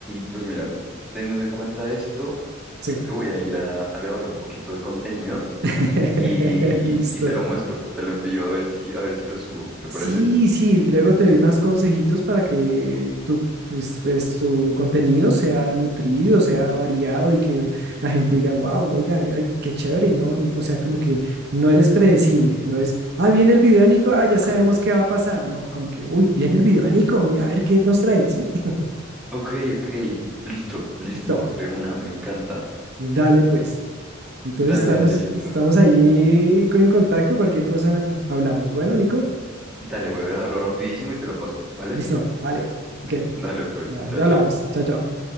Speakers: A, in the centre; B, on the right.
A: pues mira, teniendo en cuenta esto,
B: Sí.
A: creo que voy a ir a, a grabar un poquito de contenido
B: <laughs>
A: y,
B: Listo.
A: y te lo muestro, te lo envío a ver si, a ver si lo subo, ¿te
B: Sí,
A: parece?
B: sí, luego te doy más consejitos para que tu, tus- pues, tu contenido sea nutrido, sea variado y que la gente diga, wow, oiga, ay, qué chévere, ¿no? O sea, como que no eres predecible, no es, ah, viene el video de Nico, ah,
A: Mm,
B: ya
A: ok,
B: sabemos qué va a pasar, ¿no? Como que, uy, viene el video de Nico, a ver qué nos trae, ¿sí? <laughs>
A: ok, ok, listo, listo,
B: Listo,
A: de una, me encanta.
B: dale pues. Entonces
A: Dale,
B: estamos,
A: dale, listo.
B: estamos allí en contacto, cualquier cosa hablamos. Bueno, Nico,
A: Dale, voy a grabarlo rapidísimo y te lo paso, ¿vale?
B: listo, vale,
A: <laughs>
B: ok,
A: Dale, pues,
B: ya
A: chao,
B: ya
A: chao.
B: hablamos, chao, chao.